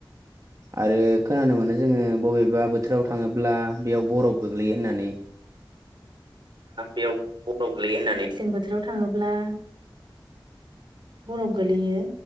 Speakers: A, on the right; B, on the right.
A: आरो खोनानो मोनो जोङो बबेबा बोथोराव थाङोब्ला बेयाव बरफ गोग्लैयो होननानै
B: बेयाव बर' गोलैयो होननानै मेसें बोथोराव थाङोब्ला बरफ गोलैयो